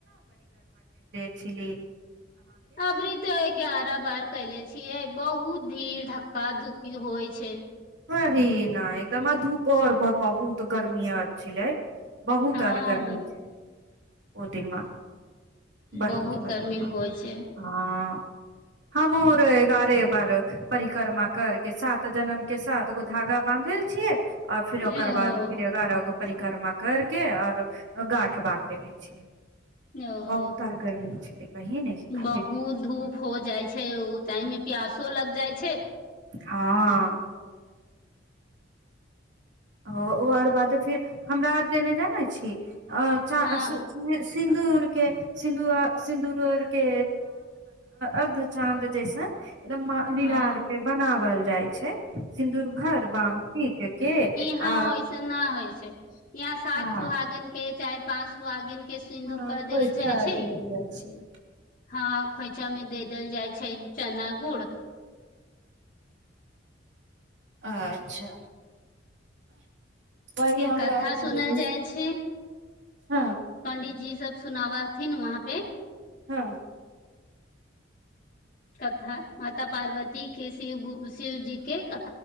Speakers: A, on the right (about 70°); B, on the left (about 45°).
A: छलिए
B: आब री तऽ एगार ओकरा बाहर कले छियै बहुत भीड़ धक्का धुक्की होइ छै
A: सही न एकदम धूप आओर बहुत गर्मी आर छलै बहुत
B: हँ
A: आर गर्मी छलै ओतिनवा <unintelligible> भरपूर
B: बहुत
A: बगरमे
B: गर्मी होइ छै
A: हँ <unintelligible> ह मोर गारे बार <unintelligible> परिक्रमा करके साथ जन्म के साथ गो धागा बानधल छियै आऔर फिर ओकर
B: ओ
A: बाद फिर एगारह गो परिक्रमा करके आऔर गाठ बान्ध दे ले छियै
B: ओ
A: बहुत आर गर्मी छलै बहिन एहि खातिर
B: बहुत धूप हो जाइ छै ओ टाइम मे प्यासो लग जाइ छै
A: हँ ओ ओ आर बाद फिर हमरा आर देने जानै छी अ च
B: हँ
A: <unintelligible> सिंदूर के सिंदूर सिंदूरके अर्ध चाँद जइसन एकदम लीला
B: ओ
A: अर पे बनावल जाइ छै सिन्दूर भर बानध पीख के
B: हँ
A: आओर
B: ओऐसे न होइ छै त <unintelligible> इहाँ सात
A: हँ
B: सुहागन के चाहे पाँच सुहागिन के सिन्दूर
A: हँ
B: कर
A: खोइछा
B: देवल जाइ छै
A: देल जाइ छै
B: हँ खोइछा मे दे देल जाइ छै चना गुड़
A: अच्छा वही
B: फिर
A: हमरा
B: कथा
A: आर घरे
B: सुनल
A: भी
B: जाइ छै
A: हँ
B: पण्डित जी सब सुनावा थिन वहाँ पे
A: हँ
B: सत माता पार्वती जी के शिव ग शिवजी के क